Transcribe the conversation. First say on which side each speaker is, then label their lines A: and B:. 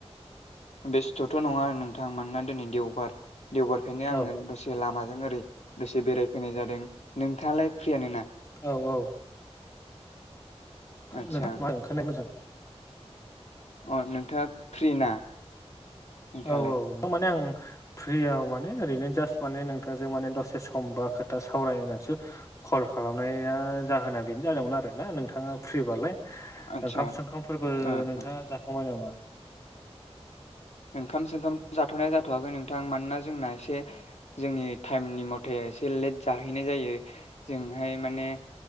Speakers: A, on the left; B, on the left.
A: बेस्थ'थ' नंङा नोंथां। मानोना दिनै देवबार देवबारखायनो आंङो
B: औ
A: दसे दसे लामाजों ओरै दसे बेरायफैनाय जादों। नोंथांङालाय फ्रियनोना?
B: औ औ
A: आदसा
B: नों मा ओंखारनाया मोजां।
A: अ नोंथांङा फ्रि ना? नोंथाङालाय
B: औ औ थारमाने आं फ्रियाव माने ओरैनो जास्ट माने नों थांजों माने दसे सम बा खोथा सावराय होननानैसो कल खालामनाया जाहोना बेनो जादोंमोन आरोना नोंथांङा फ्रिबालाय।
A: आदसा
B: ओंखाम सोमखामफोरबो
A: ओ
B: नोंथांङा
A: ओ
B: जाखांबाय नामा?
A: ओंखाम सोंंखाम जाथ'नाय जाथ'वाखै नोंथां। मानोना जोंना एसे जोंनि टाइमनि मथे एसे लेट जाहैनाय जायो। जोंहाय माने